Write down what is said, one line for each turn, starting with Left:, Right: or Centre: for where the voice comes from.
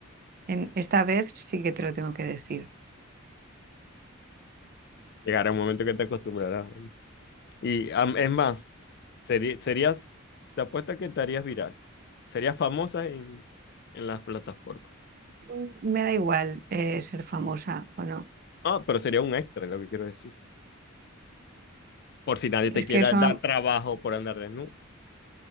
Right: En, esta vez sí que te lo tengo que decir.
Left: Llegará un momento que te acostumbrarás. ¿no? Y am- es más, seri- serías, te apuesto que te harías viral. Serías famosa en, en las plataformas.
Right: Mm, Me da igual eh, ser famosa o no.
Left: Ah, pero sería un extra, lo que quiero decir. Por si nadie te
Right: Es
Left: quiera
Right: que eso,
Left: dar trabajo por andar desnudo.